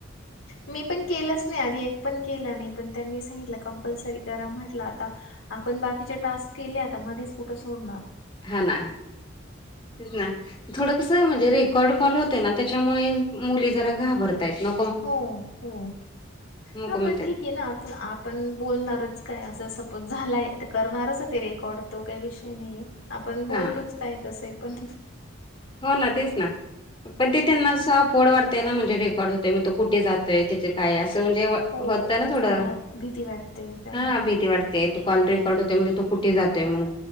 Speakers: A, on the left; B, on the left.
A: मी पण केलंच नाही. आधी एक पण केलं नाही. पण त्यांनी सांगितलं कंपल्सरी करा. म्हटलं आता आपण बाकीचे टास्क केले. आता मध्येचं कुठं सोडणार.
B: हा ना. तेच ना. थोडं कसं, म्हणजे रेकॉर्ड कॉल होतं ना. त्याच्यामुळे मुली जरा घाबरतायं. म
A: हो. हो.
B: नको
A: हा
B: म्हणतायत
A: पण ठीके ना. आता आ पण बोलणारचं काय असं. सपोज झालायं त करणारचे ते रेकॉर्ड तो काही विषय नाहीये. आपण बोलतोचं
B: हा
A: काय तसंय पण.
B: हो ना तेचं ना पण ते त्यांना ऑफवाढ वाटतंय ना म्हणजे रेकॉर्ड होतं मग तो कुठे जातं ते त्याचे काय, असं म्हणजे होतय
A: हो
B: ना थोडं.
A: हा भीती वाटते का
B: हा भीती वाटते. ते कॉल रेकॉर्ड होतोय, म्हणजे तो कुठे जातोयं मंग.